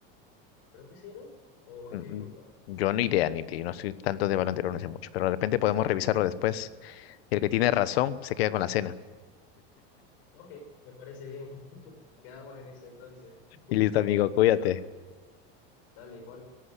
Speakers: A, on the left; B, on the left.
A: creo que sí, ¿no? ¿O
B: Mm,
A: estoy equivocado?
B: Yo no idea ni de- no soy tanto de Balón de Oro, no sé mucho, pero de repente podemos revisarlo después. Y el que tiene razón se queda con la cena.
A: Ok, me parece bien. Quedamos en eso entonces. <laughs>
B: Y listo, amigo, cuídate.
A: Bueno, dale igual.